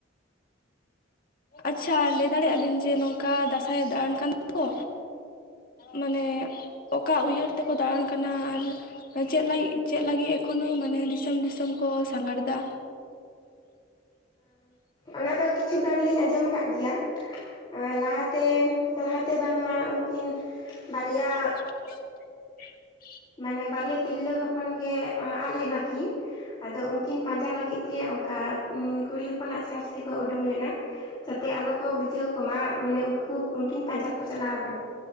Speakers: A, on the left; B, on the left.
A: ᱟᱪᱪᱷᱟ ᱞᱟᱹᱭ ᱫᱟᱲᱮᱭᱟᱜᱼᱟ ᱵᱤᱱ ᱡᱮ ᱱᱚᱝᱠᱟ ᱫᱟᱸᱥᱟᱭ ᱫᱟᱬᱟᱱ ᱠᱟᱱ ᱫᱚᱠᱚ ᱢᱟᱱᱮ ᱚᱠᱟ ᱩᱭᱦᱟᱹᱨ ᱛᱮᱠᱚ ᱫᱟᱬᱟᱱ ᱠᱟᱱᱟ ᱟᱨ ᱪᱮᱫ ᱞᱟᱹᱜᱤᱫ ᱪᱮᱫ ᱞᱟᱹᱜᱤᱫ ᱮᱠᱷᱚᱱᱳ ᱢᱟᱱᱮ ᱫᱤᱥᱚᱢ ᱫᱤᱥᱚᱢ ᱠᱚ ᱥᱟᱸᱜᱷᱟᱨ ᱮᱫᱟ?
B: ᱚᱱᱟᱫᱚ ᱠᱤᱪᱷᱩ ᱜᱟᱱ ᱞᱤᱧ ᱟᱸᱡᱚᱢ ᱠᱟᱫ ᱜᱮᱭᱟ᱾ ᱞᱟᱦᱟᱛᱮ, ᱞᱟᱦᱟᱛᱮ ᱵᱟᱝᱢᱟ ᱩᱱᱠᱤᱱ ᱵᱟᱨᱭᱟ
A: <unintelligible>
B: ᱢᱟᱱᱮ ᱵᱟᱨᱮᱭᱟ ᱛᱤᱨᱞᱟᱹ ᱦᱚ ᱛᱚᱠᱷᱚᱱ ᱜᱮ ᱟᱫ ᱞᱮᱱᱟ ᱠᱤᱱ᱾ ᱟᱫᱚ ᱩᱱᱠᱤᱱ ᱯᱟᱸᱡᱟ ᱞᱟᱹᱜᱤᱫ ᱜᱮ ᱚᱱᱠᱟ ᱠᱩᱲᱤ ᱦᱚᱯᱚᱱᱟᱜ ᱥᱟᱡᱽ ᱛᱮᱠᱚ ᱩᱰᱩᱠ ᱞᱮᱱᱟ᱾ ᱡᱟᱛᱮ ᱟᱞᱚ ᱠᱚ ᱵᱩᱡᱷᱟᱹᱣ ᱠᱚᱢᱟ ᱢᱟᱱᱮ ᱩᱱᱠᱩ ᱩᱱᱠᱤᱱ ᱯᱟᱸᱡᱟ ᱠᱚ ᱪᱟᱞᱟᱣ ᱠᱟᱱᱟ᱾